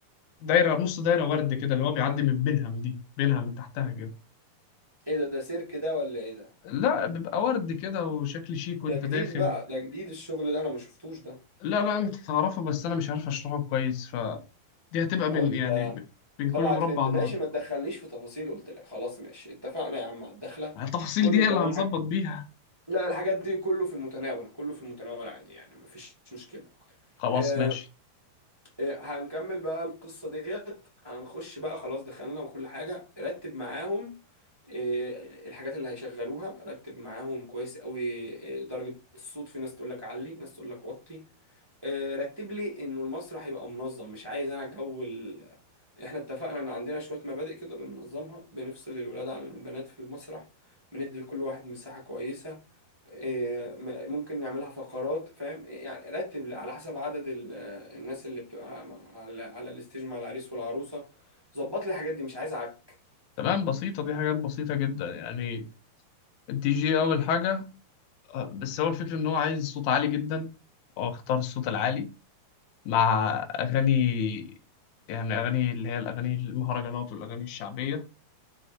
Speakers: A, on the left; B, on the right.
A: دايره نص دايره ورد كده اللي هو بيعدي من بينهم دي بينها من تحتها كده
B: ايه ده ده سيرك ده ولا ايه ده
A: لا بيبقى ورد كده وشكل شيك
B: ده
A: وانت
B: جديد
A: داخل
B: بقى ده جديد الشغل ده انا ما شفتوش ده
A: لا لا انت تعرفه بس انا مش عارف اشرحه كويس فدي هتبقى
B: انا
A: بين
B: قلت
A: يعني
B: ده
A: ب- بين كل
B: طلع
A: مربع
B: ترند
A: نار
B: ماشي ما تدخلنيش في تفاصيل قلت لك خلاص ماشي اتفقنا يا عم على الدخلة
A: التفاصيل
B: كله
A: دي هي
B: تمام
A: اللي هنظبط
B: الحاجة
A: بيها
B: لا الحاجات دي كله في المتناول كله في المتناول عادي يعني مفيش مشكلة
A: خلاص
B: آه،
A: ماشي
B: آه، هنكمل بقى القصة ديت هنخش بقى خلاص دخلنا وكل حاجة رتب معاهم آه، الحاجات اللي هيشغلوها رتب معاهم كويس قوي آه، درجة الصوت في ناس تقول لك علي ناس تقول لك وطي آه، رتب لي انه المسرح يبقى منظم مش عايز انا جو ال... احنا اتفقنا ان عندنا شوية مبادئ كده بننظمها بنفصل الولاد عن البنات في المسرح بندي لكل واحد مساحة كويسة آه، م- ممكن نعملها فقرات فاهم يعني رتب لي على حسب عدد ال- آه، الناس اللي بتبقى مع- على على الستيج مع العريس والعروسة ظبط لي الحاجات دي مش عايز عك
A: تمام بسيطة دي حاجات بسيطة جدا يعني الدي جي أول حاجة آه، بس هو الفكرة إن هو عايز صوت عالي جدا هو اختار الصوت العالي مع أغاني يعني أغاني اللي هي الأغاني المهرجانات والأغاني الشعبية